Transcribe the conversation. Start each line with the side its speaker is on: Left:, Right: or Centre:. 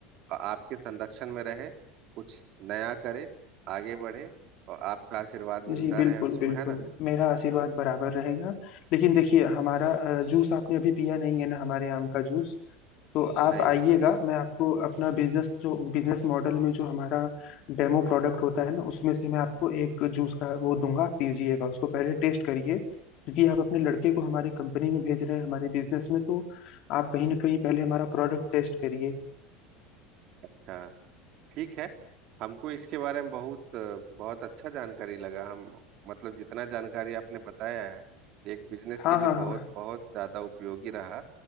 Right: और आपके संरक्षण में रहे कुछ नया करे आगे बढ़े और आपका आशीर्वाद मिलता
Left: जी बिल्कुल
Right: रहे उसको
Left: बिल्कुल
Right: है ना
Left: मेरा आशीर्वाद बराबर रहेगा लेकिन देखिए हमारा अ, जूस आपने अभी पिया नहीं है ना हमारे आम का जूस तो आप
Right: नहीं
Left: आइएगा
Right: नहीं
Left: मैं आपको अपना बिजनेस जो बिजनेस मॉडल में जो हमारा डेमो प्रोडक्ट होता है ना उसमें से मैं आपको एक जूस का वो दूंगा आप पीजिएगा उसको पहले टेस्ट करिए क्योंकि आप अपने लड़के को हमारी कंपनी में भेज रहे हैं हमारे बिजनेस में तो आप कहीं ना कहीं पहले हमारा प्रोडक्ट टेस्ट करिए
Right: अच्छा ठीक है हमको इसके बारे में बहुत बहुत अच्छा जानकारी लगा हम मतलब जितना जानकारी आपने बताया है एक बिजनेस
Left: हाँ
Right: के लिए
Left: हाँ
Right: बहुत
Left: हाँ
Right: बहुत ज़्यादा उपयोगी रहा